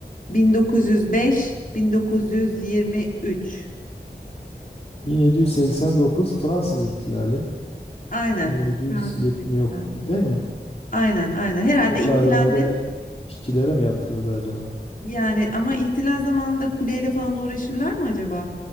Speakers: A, on the left; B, on the left.
A: 1905, 1923.
B: 1789 Fransız ihtilali.
A: Aynen.
B: 1770
A: Fransız ihtilali.
B: yok değil mi?
A: Aynen, aynen. Herhalde
B: O tarihlerde
A: ihtilalde
B: işçilere mi yaptırıldı acaba?
A: yani ama ihtilal zamanında kuleyle falan uğraşırlar mı acaba?